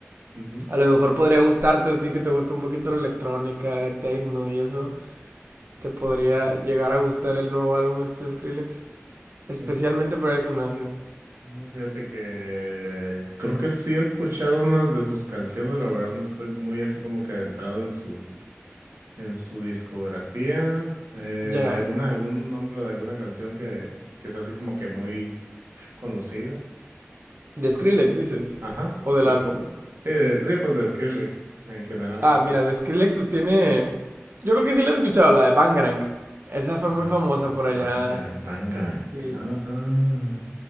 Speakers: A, on the right; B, on the right.
A: ujú.
B: a lo mejor podría gustarte a ti que te gusta un poquito la electrónica, el techno y eso. Te podría
A: Sí,
B: llegar a gustar el nuevo álbum este de Skrillex. Especialmente
A: fíjate.
B: para el gimnasio.
A: Ay, Fíjate que creo que sí he escuchado unas de sus canciones, la verdad no estoy muy así como que adentrado en su en su discografía. Eh,
B: Ya.
A: alguna algún nombre de alguna canción que que sea así como que muy conocida.
B: ¿De Skrillex dices?
A: Ajá,
B: ¿O del
A: de
B: álbum?
A: Sk- sí, de, pues sí, pues de Skrillex en general,
B: Ah,
A: o sea.
B: mira, de Skrillex pues tiene... Yo creo que sí la he escuchado, la de Bangarang. Esa fue muy
A: Ba-
B: famosa
A: ba-
B: por allá.
A: Bangarang, Bangarang.
B: Y
A: Ah, ah.